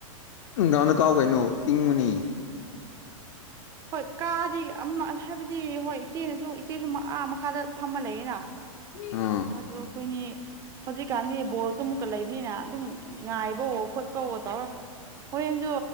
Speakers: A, on the left (about 60°); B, on the right (about 20°).
A: ꯅꯨꯡꯗꯥꯥꯡꯅ ꯀꯥꯎ ꯀꯩꯅꯣ ꯏꯪꯉꯨꯅꯤ
B: ꯍꯣꯏ ꯀꯥꯗꯤ ꯑꯃ ꯍꯥꯏꯕꯗꯤ ꯍꯣꯏ ꯏꯆꯦꯅꯁꯨ ꯏꯆꯦꯁꯨ ꯑꯥ ꯃꯈꯥꯗ ꯐꯝꯃ ꯂꯩꯌꯦꯅ
A: ꯑꯥ
B: ꯑꯗꯨ ꯑꯩꯈꯣꯏꯅꯤ ꯍꯧꯖꯤꯛꯀꯥꯟꯗꯤ ꯕꯣꯜꯁꯨ ꯑꯃꯨꯛꯀ ꯂꯩꯕꯅꯤꯅ ꯑꯗꯨꯝ ꯉꯥꯏꯕꯋ ꯈꯣꯠꯄꯋ ꯇꯧꯔ ꯍꯣꯔꯦꯟꯁꯨ